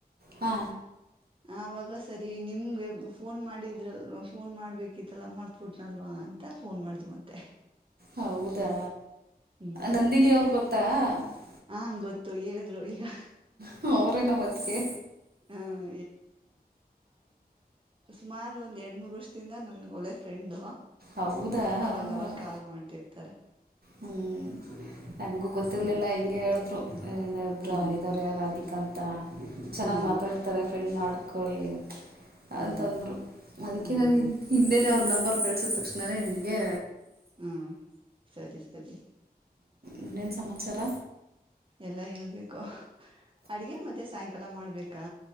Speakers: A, on the right (about 70°); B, on the right (about 35°).
A: ಹಾ
B: ಆವಾಗ ಸರಿ ನಿಮ್ಗೆ ಫೋನ್ ಮಾಡಿದ್ರಲ್ವ ಫೋನ್ ಮಾಡ್ಬೇಕಿತ್ತ ಮರೆತುಬಿಟ್ನಲ್ವಾ ಫೋನ್ ಅಂತ ತ್ತ ಫೋನ್ ಮಾಡ್ದ ಮತ್ತೆ
A: ಹೌದಾ
B: ಹ್ಮ್
A: ನಂದಿನಿ <unintelligible>
B: ಹಾ ಗೊತ್ತು ಹೇಳಿದ್ರು ಇವಾಗ
A: ಹ ಅವರೇ ನಮ್ಮ ಅತ್ತಿಗೆ
B: ಹ್ಮ್ ಸುಮಾರ ಒಂದ ಎರಡ್ ಮೂರ್ ವರ್ಷದಿಂದ ನನ್ ಒಳ್ಳೆ ಫ್ರೆಂಡ್
A: ಹೌದಾ
B: ಅವಾಗವಾಗ
A: ಹಾಂ
B: ಕಾಲ್ ಮಾಡ್ತಿರ್ತಾರೆ
A: ಹ್ಮ್ ನಂಗಗು ಗೊತ್ತಿರ್ಲಿಲ್ಲ
B: ಹ್ಮ್
A: ಹಿಂಗಗೆ ಹೇಳಿದ್ರು
B: ಹ್ಮ್ ಹ್ಮ್
A: ಇದಾರೆ ರಾಧಿಕಾ ಅಂತ ಚೆನ್ನಾಗ್
B: ಹ್ಮ್
A: ಮಾತಾಡ್ತಾರೆ ಫ್ರೆಂಡ್ ಮಾಡ್ಕೊಳ್ಳಿ
B: ಹ್ಮ್
A: ಅಂತಂದ್ರು ಅದಕ್ಕೆ
B: ಹ್ಮ್ ಹ್ಮ್
A: ಇಂದೇನೆ ಅವ್ರ ನಂಬರ್ ಕಳ್ಸಿದ ತಕ್ಷಣನೇ ನಿ ಎ
B: ಹ್ಮ್ ಸರಿ ಸರಿ
A: ಇನ್ನೇನ್ ಸಮಾಚಾರ
B: ಎಲ್ಲಾ ಹೇಳ್ಬೇಕು ಅಡ್ಗೆ ಮತ್ತೆ ಸಾಯಂಕಾಲ ಮಾಡ್ಬೇಕಾ